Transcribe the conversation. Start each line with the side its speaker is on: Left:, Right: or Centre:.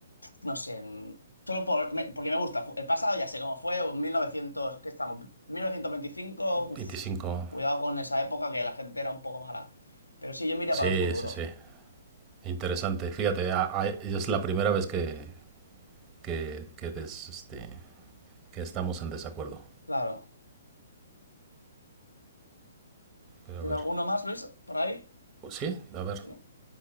Left: no sé, en- solo por, me- porque me gusta. Fu- El pasado ya sé cómo fue, o en 1900, ¿qué estamos? 1925, uf,
Right: 25.
Left: cuidado con esa época que la gente era un poco mala. Pero sí, yo miraría
Right: Sí,
Left: para el futuro,
Right: sí, sí. Interesante. Fíjate, a- a- es la primera vez que, que, que des- este, que estamos en desacuerdo.
Left: claro.
Right: Pero
Left: ¿Tienes
Right: a ver.
Left: alguno más, Luis, por ahí?
Right: Sí, a ver,
Left: Sí.